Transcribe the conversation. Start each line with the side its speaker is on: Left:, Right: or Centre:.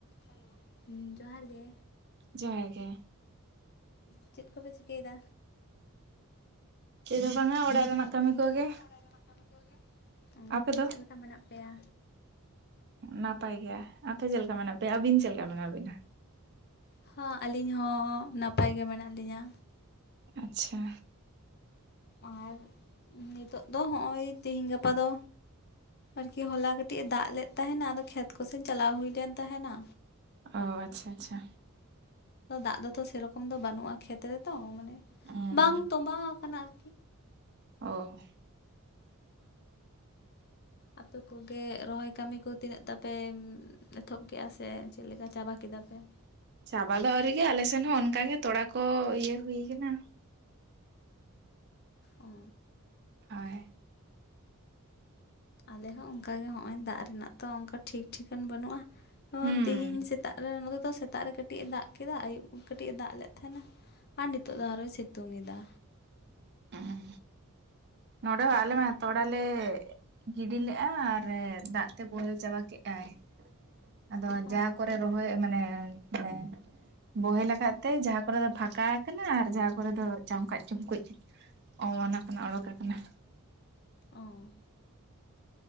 Left: Hello ᱦᱩᱸ ᱡᱚᱦᱟᱨ ᱜᱮ᱾
Right: ᱡᱚᱦᱟᱨ ᱜᱮ᱾
Left: ᱪᱮᱫ ᱠᱚᱯᱮ ᱪᱤᱠᱟᱹᱭᱮᱫᱟ᱾
Right: ᱪᱮᱫ ᱦᱚᱸ ᱵᱟᱝᱟ ᱚᱲᱟᱜ ᱨᱮᱱᱟᱜ ᱠᱟᱹᱢᱤ
Left: ᱪᱮᱫ
Right: ᱠᱚᱜᱮ
Left: ᱦᱚᱸ ᱵᱟᱝᱟ ᱚᱲᱟᱜ ᱨᱮᱱᱟᱜ ᱠᱟᱹᱢᱤ ᱠᱚᱜᱮ ᱚ
Right: ᱟᱯᱮ ᱫᱚ
Left: ᱪᱮᱫ ᱞᱮᱠᱟ ᱢᱮᱱᱟᱜ ᱯᱮᱭᱟ?
Right: ᱱᱟᱯᱟᱭ ᱜᱮ ᱟᱯᱮ ᱪᱮᱫ ᱞᱮᱠᱟ ᱢᱮᱱᱟᱜ ᱯᱮᱭᱟ ᱟᱹᱵᱤᱱ ᱪᱮᱫ ᱞᱮᱠᱟ ᱢᱮᱱᱟᱜ ᱵᱤᱱᱟ?
Left: ᱦᱚᱸ ᱟᱹᱞᱤᱧ ᱦᱚᱸ ᱱᱟᱯᱟᱭ ᱜᱮ ᱢᱮᱱᱟᱜ ᱞᱤᱧᱟᱹ᱾
Right: ᱟᱪᱪᱷᱟ᱾
Left: ᱟᱨ ᱱᱤᱛᱳᱜ ᱫᱚ ᱦᱚᱸᱜᱼᱚᱭ ᱛᱤᱦᱤᱧ ᱜᱟᱯᱟ ᱫᱚ ᱟᱨᱠᱤ ᱦᱚᱞᱟ ᱠᱟᱹᱴᱤᱡ ᱮ ᱫᱟᱜ ᱞᱮᱫ ᱛᱟᱦᱮᱱᱟ ᱟᱫᱚ ᱠᱷᱮᱛ ᱠᱚᱥᱮᱱ ᱪᱟᱞᱟᱣ ᱦᱩᱭ ᱞᱮᱱ ᱛᱟᱦᱮᱱᱟ᱾
Right: ᱚ ᱟᱪᱪᱷᱟ ᱟᱪᱪᱷᱟ᱾
Left: ᱫᱟᱜ ᱫᱚᱛᱚ ᱥᱮᱨᱚᱠᱚᱢ ᱫᱚ ᱵᱟᱹᱱᱩᱜᱼᱟ ᱠᱷᱮᱛ ᱨᱮᱛᱚ ᱢᱟᱱᱮ
Right: ᱦᱩᱸ
Left: ᱵᱟᱝ ᱛᱚᱵᱟᱣ ᱟᱠᱟᱱᱟ ᱟᱨ
Right: ᱚᱻ᱾
Left: ᱟᱯᱮ ᱠᱚᱜᱮ ᱨᱚᱦᱚᱭ ᱠᱟᱹᱢᱤ ᱠᱚ ᱛᱤᱱᱟᱹᱜ ᱛᱟᱯᱮ ᱮᱛᱚᱦᱚᱵ ᱠᱮᱫᱮᱜᱼᱟ ᱥᱮ ᱪᱮᱫ ᱞᱮᱠᱟ ᱪᱟᱵᱟ ᱠᱮᱫᱟ? <unintelligible>
Right: ᱪᱟᱵᱟ ᱫᱚ ᱟᱭᱨᱤ ᱜᱮ ᱟᱞᱮ ᱥᱮᱱ ᱦᱚᱸ ᱚᱱᱠᱟᱜ ᱜᱮ ᱛᱚᱲᱟ ᱠᱚ ᱤᱭᱟᱹ ᱦᱩᱭ ᱠᱟᱱᱟ᱾
Left: ᱚ᱾
Right: ᱦᱳᱭ᱾
Left: ᱟᱞᱮ ᱦᱚᱸ ᱚᱱᱠᱟᱜ ᱜᱮ ᱦᱚᱜᱼᱚᱭ ᱫᱟᱜ ᱨᱮᱱᱟᱜ ᱛᱚ ᱚᱱᱠᱟ ᱴᱷᱤᱠ ᱴᱷᱤᱠᱟᱹᱱ ᱵᱟᱹᱱᱩᱜᱼᱟ᱾
Right: ᱦᱩᱸ
Left: ᱛᱤᱦᱤᱧ ᱥᱮᱛᱟᱜ ᱨᱮ ᱱᱚᱛᱮᱫᱚ ᱥᱮᱛᱟᱜ ᱨᱮ ᱠᱟᱹᱴᱤᱡ ᱮ ᱫᱟᱜ ᱠᱮᱫᱟ ᱟᱹᱭᱩᱵ ᱠᱟᱹᱴᱤᱡ ᱮ ᱫᱟᱜ ᱞᱮᱫ ᱛᱟᱦᱮᱸᱱᱟ ᱟᱨ ᱱᱤᱛᱚᱜ ᱫᱚ ᱟᱨᱚᱸᱭ ᱥᱤᱛᱩᱝ ᱮᱫᱟ᱾
Right: ᱩᱸ ᱱᱚᱰᱮ ᱦᱚᱸ ᱟᱞᱮ ᱢᱟ ᱛᱚᱲᱟ ᱞᱮ ᱜᱤᱰᱤ ᱞᱮᱜᱟ ᱟᱨ ᱫᱟᱜ ᱛᱮ ᱵᱚᱦᱮᱞ ᱪᱟᱵᱟ ᱠᱮᱜᱟᱭ᱾ ᱟᱫᱚ ᱡᱟᱦᱟ
Left: ᱚ
Right: ᱠᱚᱨᱮ ᱨᱚᱦᱚᱭ ᱢᱟᱱᱮ ᱢᱟᱱᱮ ᱵᱚᱦᱮᱞ ᱟᱠᱟᱫ ᱛᱮ ᱡᱟᱦᱟᱸ ᱠᱚᱨᱮ ᱫᱚ ᱯᱷᱟᱸᱠᱟ ᱠᱟᱱᱟ, ᱟᱨ ᱡᱟᱦᱟᱸ ᱠᱚᱨᱮ ᱫᱚ ᱪᱟᱢᱠᱟᱡ ᱪᱩᱢᱠᱩᱡ ᱚᱱᱟ ᱠᱷᱚᱱᱟᱜ ᱳᱲᱳᱠ ᱟᱠᱟᱱ-ᱟ᱾
Left: ᱚ